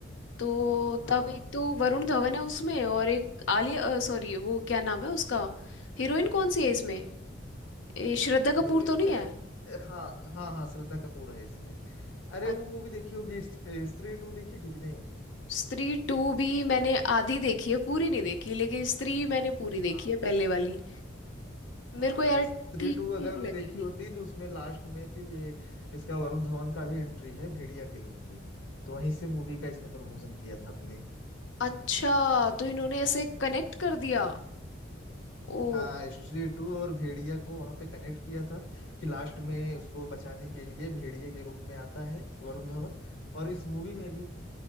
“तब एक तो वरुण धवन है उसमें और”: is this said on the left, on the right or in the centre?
Left